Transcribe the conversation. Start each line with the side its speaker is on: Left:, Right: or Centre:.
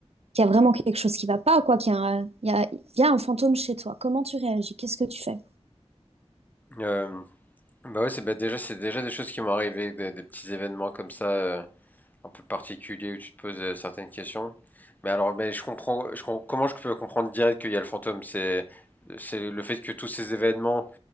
Right: qu'il y a vraiment quelque chose qui va pas, quoi, qu'il y a un, il y a- il y a un fantôme chez toi. Comment tu réagis? Qu'est-ce que tu fais?
Left: Euh, bah ouais, c'est bah déjà c'est déjà des choses qui m'ont arrivé, des, des petits événements comme ça, euh, un peu particuliers où tu te poses euh, certaines questions. Mais alors, mais je comprends, je com- comment je peux comprendre direct qu'il y a le fantôme? C'est c'est le fait que tous ces événements